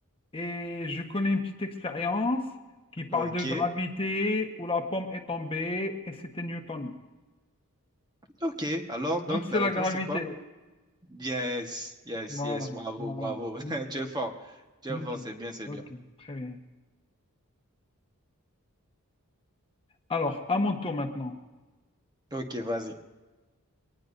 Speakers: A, on the left; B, on the right.
A: et je connais une petite expérience qui parle
B: Ok.
A: de gravité où la pomme est tombée, et c'était Newton.
B: Ok. Alors, donc,
A: Donc, c'est
B: la
A: la
B: réponse,
A: gravité.
B: c'est quoi? Yes. Yes,
A: Voilà,
B: yes. Bravo,
A: voilà.
B: bravo. <laughs>
A: Nickel,
B: Tu es fort. Tu
A: nickel.
B: es fort. C'est bien, c'est
A: Ok,
B: bien.
A: très bien. Alors, à mon tour maintenant.
B: Ok, vas-y.